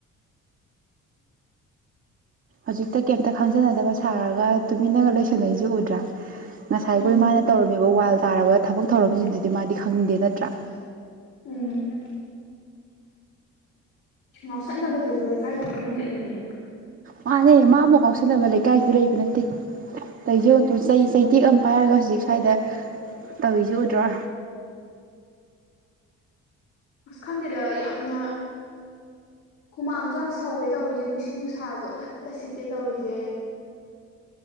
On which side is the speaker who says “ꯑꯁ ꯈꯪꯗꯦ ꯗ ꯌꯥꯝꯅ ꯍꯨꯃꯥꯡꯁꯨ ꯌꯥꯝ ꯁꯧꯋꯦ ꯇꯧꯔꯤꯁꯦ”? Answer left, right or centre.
Left